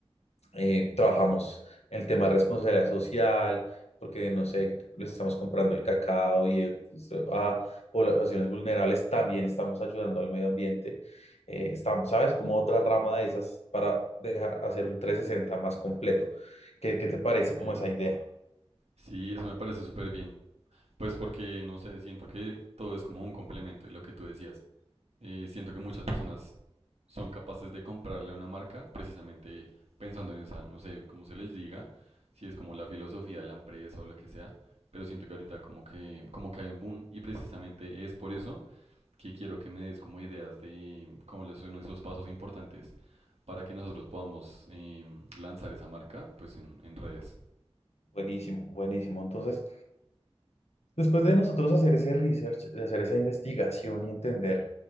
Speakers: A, on the left (about 90°); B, on the right (about 80°).
A: eh, trabajamos en el tema de responsabilidad social, porque, no sé, le estamos comprando el cacao y eh, pues,
B: ujú,
A: a poblaciones vulnerables, también estamos ayudando al medio ambiente. Eh, estamos, ¿sabes? Como otra rama de esas para dejar, hacer un 360 más completo. ¿Qué, qué te parece como
B: sí.
A: esa idea?
B: Sí, eso me parece súper bien. Pues porque, no sé, siento que todo es como un complemento y lo que tú decías. eh, siento que muchas personas son capaces de comprarle a una marca precisamente pensando en esa, no sé cómo se les diga, si es como la filosofía de la empresa o lo que sea, pero siento que ahorita como que, como que hay un boom y precisamente es por eso que quiero que me des como ideas de cómo les son esos pasos importantes para que nosotros podamos em, lanzar esa marca pues en, en redes.
A: Buenísimo, buenísimo. Entonces, Después de nosotros hacer ese research, de hacer esa investigación y entender,